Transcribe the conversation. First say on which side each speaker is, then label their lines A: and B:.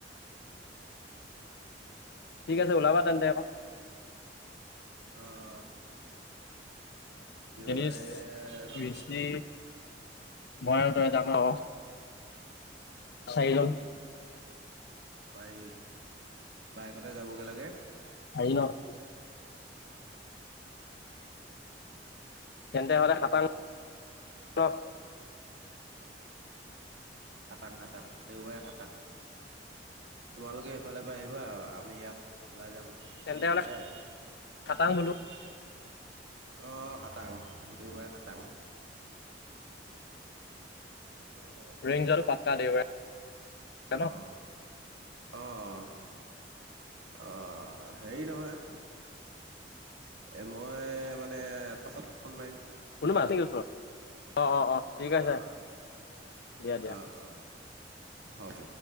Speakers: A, on the left; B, on the right.
A: ঠিক আছে ওলাবা তেন্তে আক।
B: অ দেওবাৰে
A: ডেনিছ
B: নহ-
A: ঋষি মই আৰু তাত যামে লগ।
B: অ।
A: চাৰি লগছ
B: পাৰি বাইকতে যাবগে লাগে।
A: আহি ল'ক। তেন্তে হ'লে খাটাং <inaudible> ন'?
B: হাআ খাটং খাটং দেওবাৰে খাটং তোমালোকে সেইফালৰ পৰা আহিবা আমি ইয়াত ওলাই যাম। থাকিমতো
A: তেন্তে হ'লে
B: দুটাই।
A: খাটাং বোলো
B: অ, খাটাং দেওবাৰে খাটাং। দেওবাৰে যাব পাৰিম
A: ৰয়িং যোৱাটো পাক্কা দেওবাৰে ন।
B: অ। অ', অ', অ', অ', হেৰি নহয়? এ মই মানে পাছত ফন মাৰিম।
A: কোনোবা
B: তোমাক
A: আছে কি ওচৰত অ', অ', অ', ঠিক আছে
B: অ', অ',
A: দিয়া দিয়া।
B: অ', অ', হ'ব।